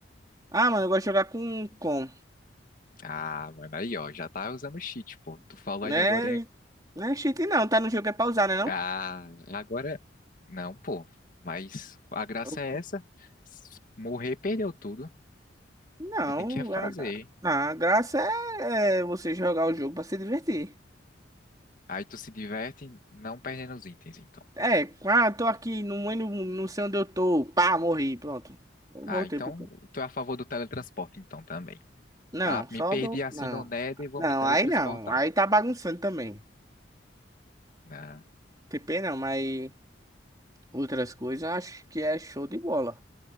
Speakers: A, on the right; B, on the left.
A: Ah, mano, eu gosto de jogar com com,
B: Ah, mano, aí, ó, já tá usando cheat, pô. Tu falou
A: né?
B: ainda agora. hein?
A: Não é cheat não, tá no jogo é pausar, né não?
B: Ah, agora. Não, pô. Mas a graça
A: Eu-
B: é essa. S- Morrer, perdeu tudo.
A: Não,
B: Aí tem que refazer.
A: a, a graça é, é você jogar o jogo pra se divertir.
B: Aí tu se diverte não perdendo os itens, então.
A: É, ah, tô aqui, não, eu não, não sei onde eu tô. Pá, morri, pronto. Eu
B: Ah,
A: voltei
B: então
A: pro campo.
B: tu é a favor do teletransporte, então, também.
A: Não,
B: Ah,
A: só
B: me perdi
A: dou.
B: assim
A: Não.
B: no Nether e vou
A: Não,
B: me teletransportar.
A: aí não. Aí tá bagunçando também.
B: né?
A: TP não, mas outras coisas eu acho que é show de bola.